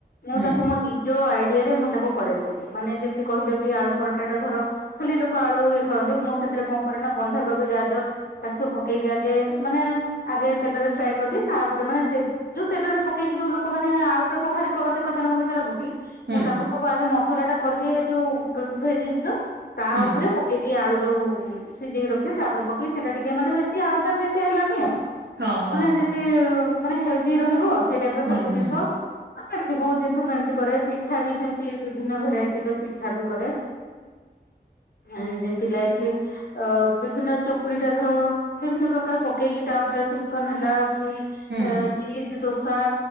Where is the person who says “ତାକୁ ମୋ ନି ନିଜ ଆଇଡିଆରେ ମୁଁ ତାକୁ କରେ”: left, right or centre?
Left